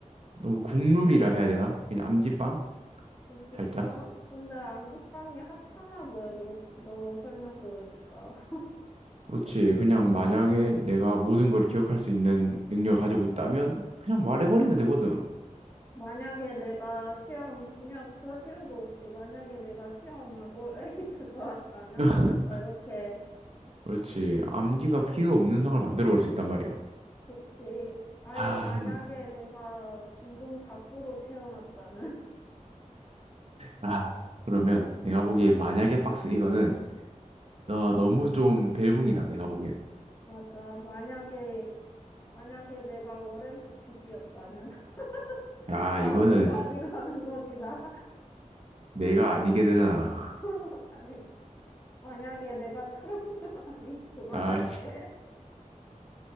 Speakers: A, on the right; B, on the left.
A: 너무 국룰이라 해야 되나? 그냥 암지빵?
B: 안기빵?
A: 살짝?
B: 근데 안기빵이 하찮아 보여, 그렇, 너 설명 들으니까. <laughs>
A: 그렇지. 그냥 만약에 내가 모든 걸 기억할 수 있는 능력을 가지고 있다면 그냥 말해버리면 되거든.
B: 만약에 내가 시험, 그냥 그럴 필요도 없이, 만약에 내가 시험을 올 A를 <laughs> 받았다면,
A: <laughs>
B: 막 이렇게,
A: 그렇지. 암기가 필요 없는 상을 만들어 볼 수 있단 말이야.
B: 그치. 아예
A: 아,
B: 만약에
A: 근-
B: 내가 중동 갑부로 태어났다면, <laughs>
A: 아, 그러면 내가 보기엔 만약에 박스 이거는 너 너무 좀 벨붕이다. 내가 보기엔.
B: 맞아. 만약에, 만약에 내가 워렌 버핏이었다면, <laughs>
A: 아,
B: 아,
A: 이거는
B: 어디까지
A: <laughs>
B: 가는 거지, 나.
A: 내가 아니게 되잖아. <laughs>
B: <laughs> 아니, 만약에 내가 트럼프, <laughs> 아니, 그만할게.
A: 아,